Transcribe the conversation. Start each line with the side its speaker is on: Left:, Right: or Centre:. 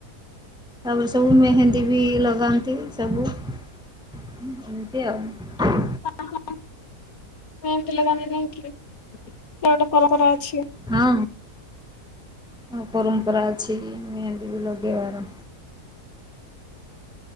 Centre: ତାପରେ ସବୁ ମେହେନ୍ଦୀ ବି ଲଗାନ୍ତି ସବୁ ଏମିତି ଆଉ।
Left: ହଁ ହଁ ମେହେନ୍ଦୀ ଲଗାନ୍ତି ନାଇକି ଏଗୋଟେ ପରମ୍ପରା ଅଛି।
Centre: ହଁ। ହଁ ପରମ୍ପରା ଅଛି ମେହେନ୍ଦୀ ବି ଲଗେଇବାର।